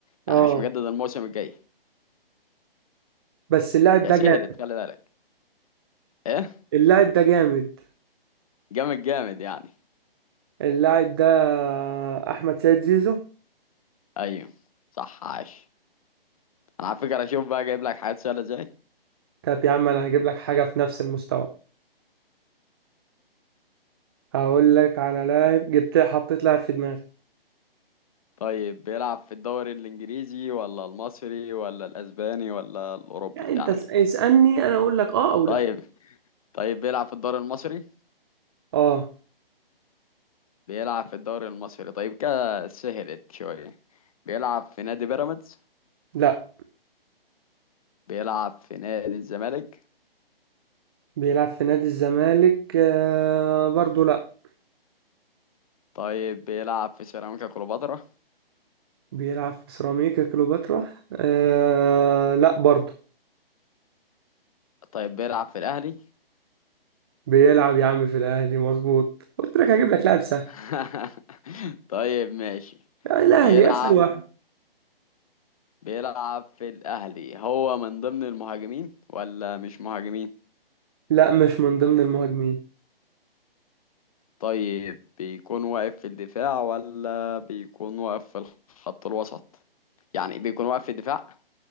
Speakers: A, on the left; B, on the right.
A: يعني
B: اه
A: مش مجدد الموسم الجاي
B: بس اللاعب
A: يا
B: ده
A: سهلت
B: جامد
A: خلي بالك ايه
B: اللاعب ده جامد
A: جامد جامد يعني
B: اللاعب ده احمد سيد زيزو
A: ايوه صح عاش انا على فكره اشوف بقى جايب لك حاجات سهله ازاي
B: طب يا عم انا هجيب لك حاجه في نفس المستوى هقول لك على لاعب جبت حطيت لاعب في دماغي
A: طيب بيلعب في الدوري الانجليزي ولا المصري ولا الاسباني ولا الاوروبي
B: يعني انت
A: يعني
B: اس- اسالني انا اقول لك اه او
A: طيب
B: لا
A: طيب بيلعب في الدوري المصري
B: اه
A: بيلعب في الدوري المصري طيب كده سهلت شويه بيلعب في نادي بيراميدز
B: لا
A: بيلعب في نادي الزمالك
B: بيلعب في نادي الزمالك آه برضو لا
A: طيب بيلعب في سيراميكا كليوباترا
B: بيلعب في سيراميكا كليوباترا آه لا برضو
A: طيب بيلعب في الأهلي
B: بيلعب يا عم في الاهلي مظبوط قلت لك هجيب لك لاعب سهل
A: <laughs> طيب ماشي
B: لا، الاهلي
A: بيلعب
B: اسهل واحد
A: بيلعب في الأهلي هو من ضمن المهاجمين ولا مش مهاجمين
B: لا مش من ضمن المهاجمين
A: طيب بيكون واقف في الدفاع ولا بيكون واقف في الخط الوسط يعني بيكون واقف في الدفاع